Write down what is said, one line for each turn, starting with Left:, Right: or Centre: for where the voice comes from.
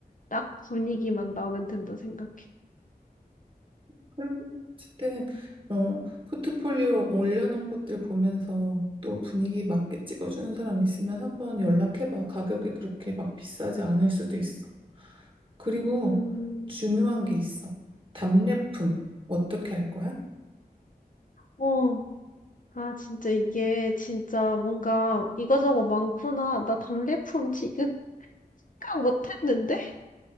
Left: 딱 분위기만 나오면 된다 생각해.
Right: 그리고 어쨌든 어, 포트폴리오 올려놓은 것들 보면서 또 분위기 맞게 찍어주는 사람 있으면 한번 연락해봐. 가격이 그렇게 막 비싸지 않을 수도 있어. 그리고
Left: 음,
Right: 중요한 게 있어. 답례품. 어떻게 할 거야?
Left: 어, 아, 진짜 이게 진짜 뭔가 이거저거 많구나. 나 답례품 지금 <laughs> 생각 못했는데?